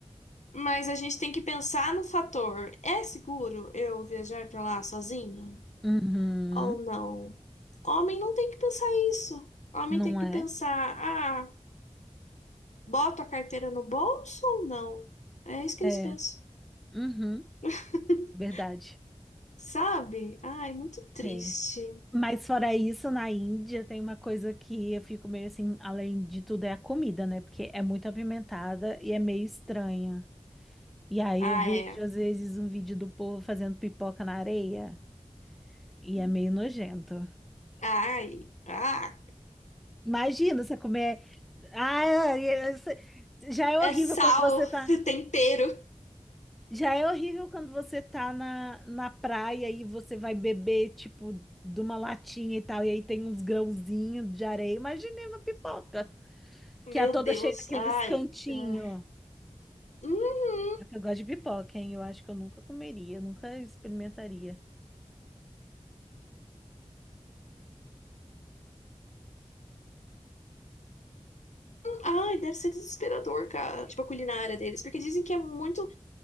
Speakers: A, on the left (about 80°); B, in the centre.
A: Mas a gente tem que pensar no fator: é seguro eu viajar pra lá sozinha
B: Uhum.
A: ou não? Homem não tem que pensar isso. Homem
B: Não
A: tem que
B: é?
A: pensar: ah, boto a carteira no bolso ou não? É isso que
B: É.
A: eles pensam.
B: Uhum.
A: <laughs>
B: Verdade.
A: Sabe? Ai, muito triste.
B: Tem. Mas fora isso, na Índia tem uma coisa que eu fico meio assim, além de tudo, é a comida, né? Porque é muito apimentada e é meio estranha. E aí
A: Ah,
B: eu vejo,
A: é.
B: às vezes, um vídeo do povo fazendo pipoca na areia e é meio nojento.
A: Ai, ah.
B: Imagina você comer. Ah, e você- já é
A: É
B: horrível
A: sal,
B: quando você tá.
A: <laughs> tempero.
B: Já é horrível quando você tá na, na praia e você vai beber, tipo, de uma latinha e tal, e aí tem uns grãozinhos de areia. Imagina uma pipoca.
A: Meu
B: Que é toda
A: Deus,
B: cheia daqueles
A: ai.
B: cantinhos.
A: ah. Uhum.
B: É que eu gosto de pipoca, hein? Eu acho que eu nunca comeria, nunca experimentaria.
A: Ai, deve ser desesperador, cara. Tipo, a culinária deles. Porque dizem que é muito.